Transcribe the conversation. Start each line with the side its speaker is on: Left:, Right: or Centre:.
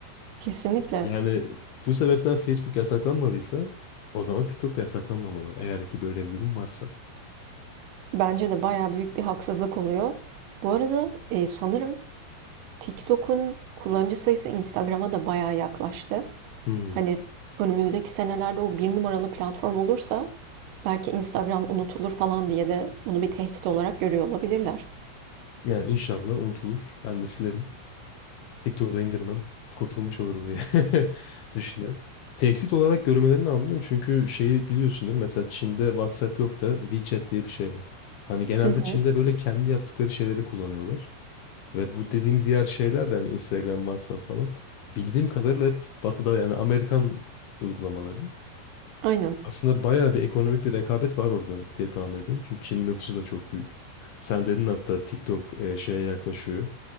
Right: Kesinlikle.
Left: Yani bu sebepten Facebook yasaklanmadıysa o zaman TikTok da yasaklanmamalı. Eğer ki böyle bir durum varsa.
Right: Bence de bayağı büyük bir haksızlık oluyor. Bu arada e, sanırım TikTok'un kullanıcı sayısı Instagram'a da bayağı yaklaştı.
Left: Hmm.
Right: Hani önümüzdeki senelerde o bir numaralı platform olursa belki Instagram unutulur falan diye de bunu bir tehdit olarak görüyor olabilirler.
Left: Yani inşallah unutulur. Ben de silerim. Tek turda indirmem. Kurtulmuş olurum diye <laughs> düşünüyorum. Tehdit olarak görmelerini anlıyorum. Çünkü şeyi biliyorsundur. Mesela Çin'de WhatsApp yok da WeChat diye bir şey var. Hani genelde
Right: Hı hı.
Left: Çin'de böyle kendi yaptıkları şeyleri kullanıyorlar. Ve bu dediğim diğer şeyler de hani Instagram, WhatsApp falan. Bildiğim kadarıyla hep Batı'da yani Amerikan uygulamaları.
Right: Aynen.
Left: Aslında bayağı bir ekonomik bir rekabet var orada diye tahmin ediyorum. Çünkü Çin nüfusu da çok büyük. Sen dedin hatta TikTok e, şeye yaklaşıyor